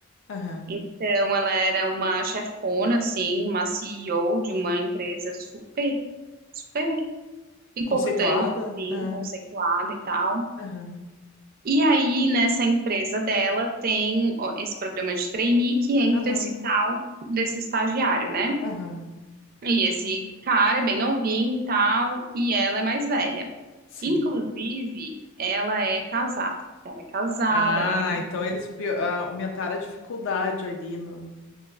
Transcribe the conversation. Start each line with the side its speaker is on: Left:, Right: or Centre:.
Left: Aham.
Right: Então, ela era uma chefona, assim, uma CEO de uma empresa super, super importante,
Left: Conceituada?
Right: assim,
Left: Aham.
Right: conceituada e tal.
Left: Aham.
Right: E aí, nessa empresa dela, tem ó, esse programa de trainee que entra
Left: Aham.
Right: esse tal desse estagiário, né?
Left: Aham.
Right: E esse cara é bem novinho e tal, e ela é mais velha.
Left: Sim.
Right: Inclusive, ela é casada. Ela é casada,
Left: Ah,
Right: ela tem.
Left: então eles pio- ah, aumentaram a dificuldade ali no